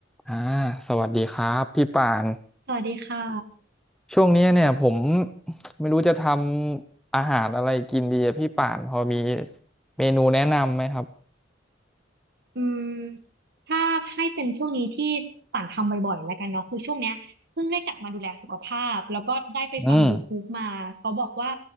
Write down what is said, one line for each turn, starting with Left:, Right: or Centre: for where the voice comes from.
Centre: อ่าสวัสดีครับพี่ป่าน
Right: สวัสดีค่ะ
Centre: ช่วงเนี้ยเนี่ยผมไม่รู้จะทำอาหารอะไรกินดีอะพี่ป่านพอมีเมนูแนะนำไหมครับ
Right: อืมถ้าให้เป็นช่วงนี้ที่ป่านทำบ่อยๆแล้วกันเนาะคือช่วงเนี้ยเพิ่งได้กลับมาดูแลสุขภาพแล้วก็ได้ไปฟัง
Centre: อืม
Right: y ูทูบ b e มาเขาบอกว่า